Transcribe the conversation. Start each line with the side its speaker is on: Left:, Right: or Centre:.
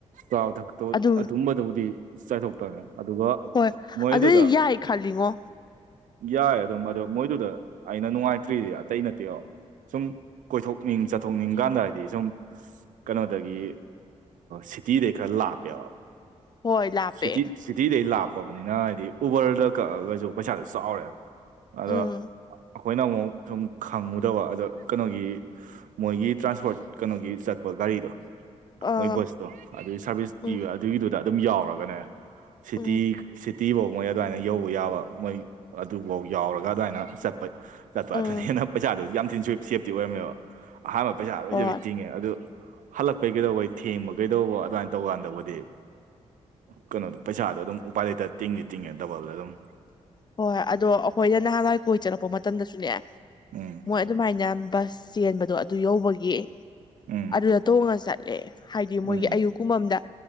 Right: ꯆꯥ ꯊꯛꯇ
Left: ꯑꯗꯨ
Right: ꯑꯗꯨꯝꯕꯗꯕꯨꯗꯤ ꯆꯥꯏꯊꯣꯛꯇꯔꯦ ꯑꯗꯨꯒ
Left: ꯍꯣꯏ
Right: ꯃꯣꯏꯗꯨꯗ
Left: ꯑꯗꯨꯗꯤ ꯌꯥꯏ ꯈꯜꯂꯤꯉꯣ
Right: ꯌꯥꯏ ꯑꯗꯨꯝ ꯑꯗꯣ ꯃꯣꯏꯗꯨꯗ ꯑꯩꯅ ꯅꯨꯡꯉꯥꯏꯇ꯭ꯔꯤꯗꯤ ꯑꯇꯩ ꯅꯠꯇꯦꯕ ꯁꯨꯝ ꯀꯣꯏꯊꯣꯛꯅꯤꯡ ꯆꯠꯊꯣꯛꯅꯤꯡ ꯀꯥꯟꯗ ꯍꯥꯏꯗꯤ ꯁꯨꯝ ꯀꯩꯅꯣꯗꯒꯤ ꯁꯤꯇꯤꯗꯒꯤꯩ ꯈꯔ ꯂꯥꯞꯄꯦꯕ
Left: ꯍꯣꯏ ꯂꯥꯞꯄꯦ
Right: ꯁꯤꯇꯤ ꯁꯤꯇꯤ ꯂꯩ ꯂ ꯑ ꯐꯕꯅꯤꯅ ꯍꯥꯏꯗꯤ ꯎꯕꯔꯗ ꯀꯛꯑꯒꯁꯨ ꯄꯩꯁꯥꯗꯨ ꯆꯥꯎꯔꯦ ꯑꯗ
Left: ꯎꯝ
Right: ꯑꯩꯈꯣꯏꯅ ꯑꯃꯨꯛ ꯁꯨꯝ ꯈꯪꯉꯨꯗꯕ ꯑꯗꯣ ꯀꯩꯅꯣꯒꯤ ꯃꯣꯏꯒꯤ ꯇ꯭ꯔꯥꯟꯁꯄꯣꯔꯠ ꯀꯩꯅꯣꯒꯤ ꯆꯠꯄ ꯒꯥꯔꯤꯗꯣ
Left: ꯑꯥ
Right: ꯃꯣꯏ ꯕꯁꯇꯣ ꯑꯗꯨꯒꯤ ꯁꯥꯔꯚꯤꯁ
Left: ꯎꯝ
Right: ꯄꯤꯕ ꯑꯗꯨꯒꯤꯗꯨꯗ ꯑꯗꯨꯝ ꯌꯥꯎꯔꯒꯅꯦ ꯁꯦꯇ
Left: ꯎꯝ
Right: ꯁ ꯇꯤꯐꯧ ꯃꯣꯏ ꯑꯗꯨꯃꯥꯏꯅ ꯌꯧꯕ ꯌꯥꯕ ꯃꯣꯏ ꯑꯗꯨꯐꯧ ꯌꯥꯎꯔꯒ ꯑꯗꯨꯃꯥꯏꯅ ꯆꯠꯄ ꯆꯠꯄ
Left: ꯎꯝ
Right: ꯑꯗꯨꯅꯤ ꯍꯟꯅ ꯄꯩꯁꯥꯗꯨꯁꯨ ꯌꯥꯝ ꯊꯅ ꯁꯦꯞꯇꯤ ꯑꯣꯏꯔꯝꯃꯦꯕ ꯑꯍꯥꯟꯕ ꯄꯩꯁꯥ ꯂꯣꯏꯖꯕꯤ
Left: ꯍꯣꯏ
Right: ꯇꯤꯡꯉꯦ ꯑꯗꯨ ꯍꯜꯂꯛꯄꯩ ꯀꯩꯗꯧꯕꯩ ꯊꯦꯡꯕ ꯀꯩꯗꯧꯕ ꯑꯗꯨꯃꯥꯏꯅ ꯇꯧ ꯀꯥꯟꯗꯕꯨꯗꯤ ꯀꯩꯅꯣꯗꯣ ꯄꯩꯁꯥꯗꯣ ꯑꯗꯨꯝ ꯎꯄꯥꯏ ꯂꯩꯇ ꯇꯤꯡꯗꯤ ꯇꯤꯡꯉꯦ ꯗꯕꯜꯗ ꯑꯗꯨꯝ
Left: ꯍꯣꯏ ꯑꯗꯣ ꯑꯩꯈꯣꯏꯅ ꯅꯍꯥꯟꯋꯥꯏ ꯀꯣꯏ ꯆꯠꯂꯛꯄ ꯃꯇꯝꯗꯁꯨꯅꯦ
Right: ꯎꯝ
Left: ꯃꯣꯏ ꯑꯗꯨꯃꯥꯏꯅ ꯕꯁ ꯆꯦꯟꯕꯗꯣ ꯑꯗꯨ ꯌꯧꯕꯒꯤ
Right: ꯎꯝ
Left: ꯑꯗꯨꯗꯂ ꯇꯣꯡꯉꯁꯔꯦ ꯆꯠꯂꯦ ꯍꯥꯏꯗꯤ ꯃꯣꯏꯒꯤ
Right: ꯎꯝ
Left: ꯑꯌꯨꯛ ꯀꯨꯝꯃꯝꯗ